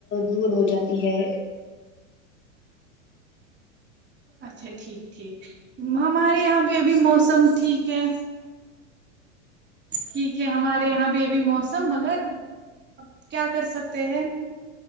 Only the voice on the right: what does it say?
اچھا ٹھیک ٹھیک ہمارے یہاں بھی ابھی موسم ٹھیک ہے ٹھیک ہے ہمارے یہاں بھی ابھی مو سم مگر اب کیا کر سکتے ہیں